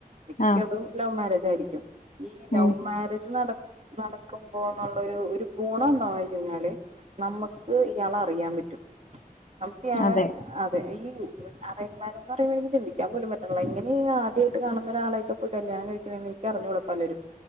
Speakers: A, on the right (about 50°); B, on the left (about 60°).
A: മിക്കതും
B: ആഹ്
A: ലൗമാരേ തായിരിക്കും ഈ ലൗവ്
B: ഉം
A: മാരേജ് നട നടക്കുമ്പോന്നുള്ളരു ഒരു ഗുണം എന്താന്ന് ച്ചയിഞ്ഞാല് നമ്മുക്ക് ഇയാളെ അറിയാൻ പറ്റും നമുക്ക് ഇയാളെ
B: അതെ
A: അതെ ഈ ഉം അറയ്ജ്മേരേജ് പറയുന്നത് എനിക് ചിന്തിക്കാൻ പോലും പറ്റുണ്ല്ല. എങ്ങനെ ആദ്യയിട്ട് കാണുന്ന ഒരാളെയിട്ട്പ്പം കല്യാണം കഴിക്കണേ ന്നോയ്ച്ചാ അറിഞ്ഞുടാ പലരും